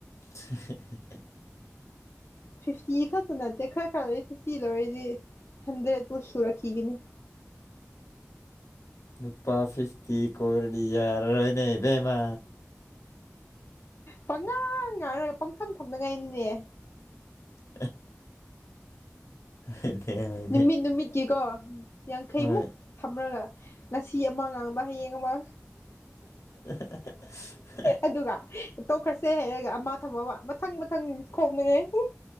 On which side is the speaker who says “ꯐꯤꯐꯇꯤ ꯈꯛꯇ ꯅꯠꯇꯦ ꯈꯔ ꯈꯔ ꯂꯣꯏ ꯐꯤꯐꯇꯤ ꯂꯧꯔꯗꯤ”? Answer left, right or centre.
Left